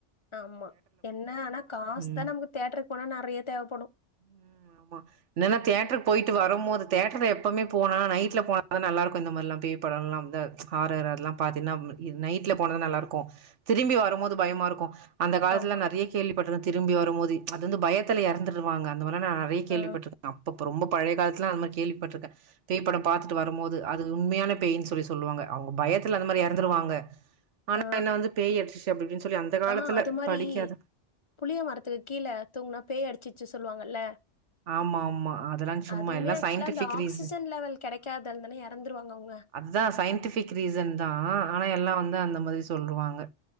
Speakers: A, on the left; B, on the right.
A: ஆமா என்ன ஆனா காசு
B: ம்.
A: தா நமக்கு தேட்டருக்கு போனா நெறைய தேவப்படு
B: ம் ஆமா என்னன்னா தேட்டருக்கு போயிட்டு வரும்போது தேட்டர் எப்பவுமே போன நைட்டில போனா தா நல்லாருக்கு இந்த மாரிலா பேய் படலா <unintelligible> ஹாரர் அதெல்லா பாத்தீங்கன்னா நைட்ல போனதா நல்லா இருக்கு திரும்பி வருபோது பயமா இருக்கு அந்த காலத்தில
A: ஆமா.
B: நெறைய கேள்விப்பட்டிருக்கு திரும்பி வரும்போது அது வந்து பயத்தில இறந்துடுவாங்க அந்தல மார்ல நெறைய கேள்விப்பட்டிருக்கே
A: ஆ,
B: அப்ப ரொம்ப பழயகாலத்துல அந்தமாரி கேள்விப்பட்டிருக பேய் படம் பார்த்துட்டு வரும்போது அது உண்மையான பேயினு சொல்லி சொல்லுவாங்க அவங்க பயத்தில அந்த மாரி இறந்துடுவாங்க ஆனா
A: ஆ,
B: என்ன வந்து பேய்யடுச்சு அப்படி இப்படின்னு சொல்லி அந்த காலத்துல
A: ஆ அது மாரி
B: படிக்காத
A: புளிய மரத்துக்கு கீழே தூங்குனா பேய் அடிச்சிச்சு சொல்லுவாங்கல்ல
B: ஆமா ஆமா அதெல்லா சும்மா
A: அதுமே
B: எல்லா
A: ஆக்சுவலா
B: சயின்டிபிக்
A: அந்த ஆக்சிஜன்
B: ரீசன்
A: லெவல் கிடைக்காதுந்தன்னே இறந்துருவாங்க அவங்க
B: அதா சயின்டிபிக் ரீசன் தா ஆனா எல்லா வந்து அந்த மாரி சொல்லுவாங்க